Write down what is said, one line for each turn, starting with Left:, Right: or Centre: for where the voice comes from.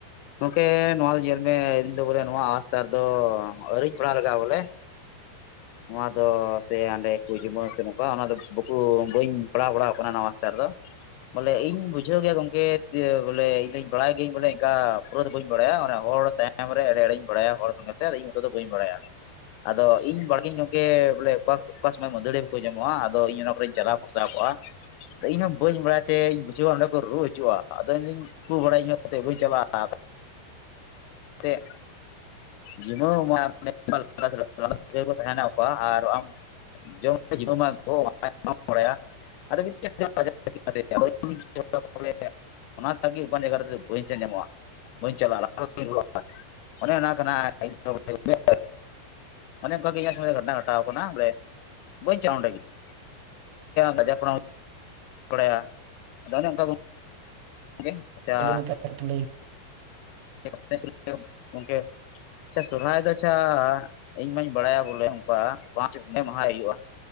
Left: ᱜᱚᱝᱠᱮ ᱱᱚᱣᱟ ᱫᱚ ᱧᱮᱞ ᱢᱮ ᱤᱧ ᱫᱚ ᱵᱚᱞᱮ ᱱᱚᱣᱟ ᱟᱥᱛᱟᱨ ᱫᱚ ᱟᱹᱣᱨᱤᱧ ᱯᱟᱲᱟᱣ ᱞᱮᱜᱟᱜ-ᱟ ᱵᱚᱞᱮ ᱾ ᱱᱚᱣᱟ ᱫᱚ ᱥᱮ ᱟᱸᱰᱮ ᱠᱚ ᱡᱩᱢᱟᱹ ᱥᱮ ᱱᱚᱝᱠᱟ ᱚᱱᱟ ᱫᱚ ᱵᱟᱠᱩ ᱵᱟᱹᱧ ᱯᱟᱲᱟᱣ ᱵᱟᱲᱟᱣ ᱠᱟᱱᱟ ᱱᱚᱣᱟ ᱚᱵᱟᱥᱛᱟ ᱨᱮ ᱫᱚ ᱾ ᱵᱚᱞᱮ ᱤᱧ ᱵᱩᱡᱷᱟᱹᱣ ᱜᱮᱭᱟ ᱜᱚᱝᱠᱮ ᱤᱭᱟᱹ ᱵᱚᱞᱮ ᱤᱧ ᱫᱚᱧ ᱵᱟᱲᱟᱭ ᱜᱤᱭᱟ. ᱧ ᱵᱚᱞᱮ ᱤᱝᱠᱟ ᱯᱩᱨᱟᱹ ᱫᱚ ᱵᱟᱹᱧ ᱵᱟᱲᱟᱭᱟ ᱚᱱᱮ ᱦᱚᱲ ᱛᱟ ᱢᱨᱮ ᱮᱲᱮ ᱮᱲᱮᱧ ᱵᱟᱲᱟᱭᱟ ᱦᱚᱲ ᱥᱚᱸᱜᱮᱛᱮ ᱟᱫᱚ ᱤᱧ ᱢᱚᱛᱚ ᱫᱚ ᱵᱟᱹᱧ ᱵᱟᱲᱟᱭᱟ ᱟᱫᱚ ᱤᱧ ᱵᱟᱲᱤ ᱤᱧ ᱜᱚᱝᱠᱮ ᱵᱚᱞᱮ ᱚᱠᱟ ᱚᱠᱟ ᱥᱚᱢᱚᱭ ᱢᱟᱹᱫᱟᱹᱲᱤᱭᱟᱹ ᱠᱚᱠᱚ ᱧᱟᱢᱚᱜ-ᱟ ᱟᱫᱚ ᱤᱧ ᱚᱱᱟ ᱠᱚᱨᱮᱧ ᱪᱟᱞᱟᱣ ᱯᱷᱟᱥᱟᱣ ᱠᱚᱜ-ᱟ ᱤᱧᱦᱸᱚ ᱵᱟᱹᱧ ᱵᱟᱲᱟᱭ ᱛᱮᱧ ᱵᱩᱡᱷᱟᱹᱣᱟ ᱚᱸᱰᱮ ᱠᱚ ᱨᱩ ᱦᱟᱡᱩ-ᱟ ᱟᱫᱚ ᱤᱧᱫᱚᱧ ᱩᱠᱩ ᱵᱟᱲᱟᱭ ᱤᱧ ᱦᱚᱸ <unintelligible> ᱵᱟᱹᱧ ᱪᱟᱞᱟᱜ-ᱟ <unintelligible> ᱡᱤᱱᱟᱹᱣ ᱢᱟᱱ <unintelligible> ᱛᱮᱦᱮᱱᱟ ᱚᱠᱟ ᱟᱨ ᱟᱢ <unintelligible> ᱦᱚᱲᱮᱭᱟ ᱟᱫᱚ <unintelligible> ᱚᱱᱟ ᱛᱟᱜᱤ ᱚᱠᱟᱱ ᱡᱟᱭᱜᱟ ᱨᱮᱫᱚ ᱵᱟᱹᱧ ᱥᱮᱱ ᱧᱟᱢᱚᱜ-ᱟ ᱵᱟᱹᱧ ᱪᱟᱞᱟ-ᱟ <unintelligible> ᱚᱱᱮ ᱚᱱᱟ ᱠᱟᱱᱟ <unintelligible> ᱚᱱᱮ ᱚᱱᱠᱟ ᱜᱮ ᱤᱧᱟᱹᱜ ᱥᱚᱸᱜᱮ ᱜᱷᱚᱴᱱᱟ ᱜᱷᱴᱟᱣ ᱟᱠᱟᱱᱟ ᱵᱚᱞᱮ ᱵᱟᱹᱧ ᱪᱟᱜ-ᱟ ᱚᱸᱰᱮ ᱜᱤ <unintelligible> ᱞᱟᱡᱟᱣ ᱯᱟᱲᱟ ᱢᱟ ᱵᱟᱲᱟᱭᱟ ᱟᱫᱚ ᱚᱱᱮ ᱚᱝᱠᱟ ᱠᱚ ᱟᱵᱤᱱ ᱟᱪᱪᱷᱟ
Right: ᱟᱹᱰᱤ ᱱᱟᱯᱟᱭ ᱠᱟᱛᱷᱟᱢ ᱞᱟᱹᱭ
Left: <unintelligible> ᱜᱚᱝᱠᱮ ᱛᱮ ᱥᱚᱨᱦᱟᱭ ᱫᱚ ᱟᱪᱪᱷᱟ ᱤᱧ ᱢᱟᱧ ᱵᱟᱲᱟᱭᱟ ᱵᱚᱞᱮ ᱚᱝᱠᱟ ᱯᱟᱸᱪ ᱢᱮ ᱢᱟᱦᱟᱭ ᱦᱩᱭᱩᱜ-ᱟ ᱾